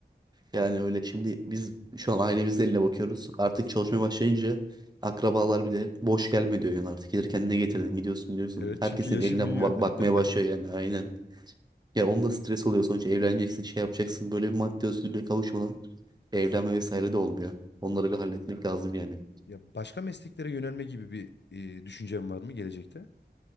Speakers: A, on the right; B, on the left.
A: Yani öyle şimdi biz şu an ailemizin eline bakıyoruz. Artık çalışmaya başlayınca akrabalar bile boş gelme diyor yani artık. Gelirken ne getirdin gidiyorsun diyorsun.
B: Evet
A: Herkesin
B: çünkü yaşın
A: eline
B: büyüyor.
A: bak- bakmaya başlıyor
B: <laughs>
A: yani aynen. Ya onda stres oluyor sonuçta evleneceksin şey yapacaksın. Böyle bir maddi özgürlüğe kavuşmadan evlenme vesaire de olmuyor. Onları bir halletmek lazım yani.
B: Ya başka mesleklere yönelme gibi bir e, düşüncen var mı gelecekte?